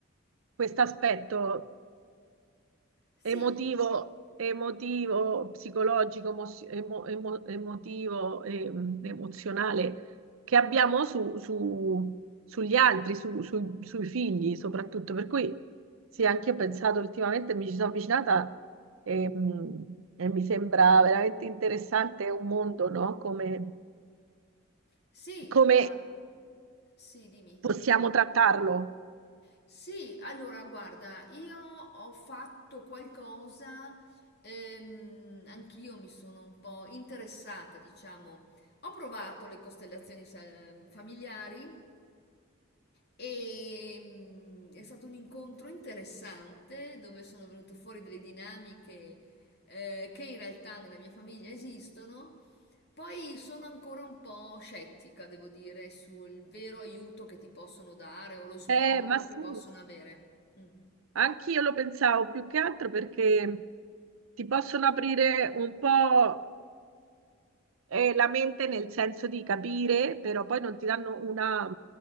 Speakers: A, on the right (about 75°); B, on the left (about 50°).
A: questo aspetto
B: Sì,
A: emotivo, emotivo, psicologico, emozio- emo- emo- emotivo, ehm, emozionale che abbiamo su- su- sugli altri, su- su- sui figli soprattutto. Per cui sì, anche io ho pensato ultimamente, mi ci sono avvicinata ehm, e, mi sembra veramente interessante un mondo, no? Come,
B: sì,
A: come
B: guarda, sì, dimmi.
A: possiamo trattarlo.
B: Sì, allora guarda, io ho fatto qualcosa, ehm, anch'io mi sono un po' interessata, diciamo. Ho provato le costellazioni sa- familiari e mm, è stato un incontro interessante dove sono venute fuori delle dinamiche eh, che in realtà nella mia famiglia esistono Poi sono ancora un po' scettica, devo dire, sul vero aiuto che ti possono dare o lo sblocco
A: Eh, ma sì.
B: che possono avere. Mm.
A: Anch'io lo pensavo più che altro perché ti possono aprire un po' eh, la mente nel senso di capire, però poi non ti danno una,